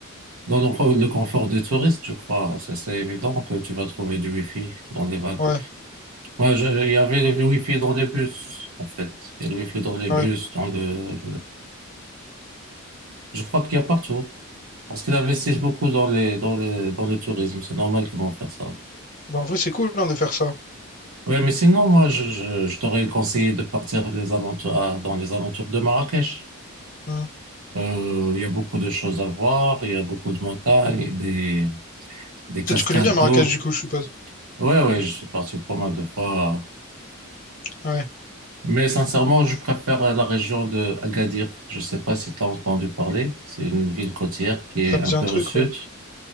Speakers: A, on the right; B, on the left.
A: dans le, le confort des touristes, je crois. C'est c'est évident que tu vas trouver du wifi dans les vannes.
B: Ouais,
A: Moi, je- il y avait le wifi dans les bus, en fait. Il y a le wifi dans les
B: ouais.
A: bus, dans le, Je crois qu'il y a partout. Parce qu'ils investissent beaucoup dans les, dans les, dans le tourisme. C'est normal qu'ils vont faire ça.
B: Bon, en vrai, c'est cool hein, de faire ça.
A: Ouais, mais sinon, moi, je, je, je t'aurais conseillé de partir les alentours, à- dans les alentours de Marrakech.
B: Hein.
A: Euh, il y a beaucoup de choses à voir. Il y a beaucoup de montagnes, des, des cascades
B: Tu tu connais bien Marrakech,
A: d'eau.
B: du coup, je suppose.
A: Ouais, ouais, je suis parti pas mal de fois.
B: Ouais,
A: Mais sincèrement, je préfère la région de Agadir. Je sais pas si tu as entendu parler. C'est une ville côtière qui est
B: ça me
A: un
B: dit
A: peu
B: un truc,
A: au sud.
B: ouais.